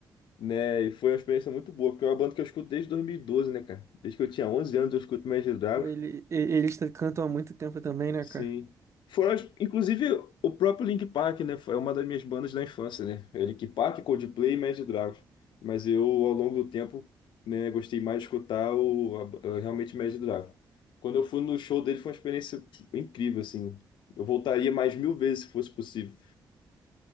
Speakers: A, on the left (about 85°); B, on the right (about 40°).
A: né, e foi uma experiência muito boa, porque é uma banda que eu escuto desde 2012, né, cara? Desde que eu tinha 11 anos eu escuto Imagine Dragons.
B: Pô, ele, e- eles t- cantam há muito tempo também, né,
A: Sim.
B: cara?
A: Foram, as- inclusive, o próprio Link Park, né? Foi uma das minhas bandas da infância, né? É Link Park, Coldplay e Imagine Dragons. Mas eu, ao longo do tempo, né, gostei mais de escutar o, a- a- realmente Imagine Dragons. Quando eu fui no show dele, foi uma experiência tipo, incrível, assim. Eu voltaria mais mil vezes se fosse possível.